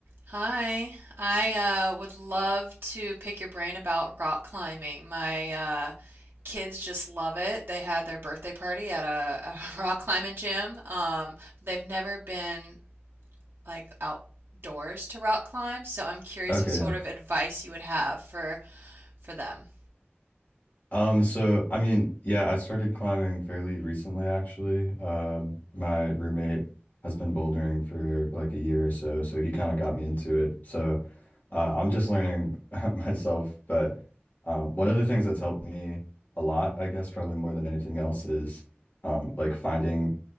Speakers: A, on the right (about 60°); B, on the left (about 45°).
A: Hi, I uh, would love to pick your brain about rock climbing. My uh, kids just love it. They had their birthday party at a, a <laughs> rock climbing gym. Um, they've never been like outdoors to rock climb, so I'm curious
B: Okay,
A: what sort
B: yeah.
A: of advice you would have for for them.
B: Um, so I mean, yeah, I started climbing fairly recently actually. Um, my roommate has been bouldering for like a year or so, so he kind of got me into it. So, uh, I'm just learning <laughs> myself, but um, one of the things that's helped me a lot, I guess, probably more than anything else is um, like finding,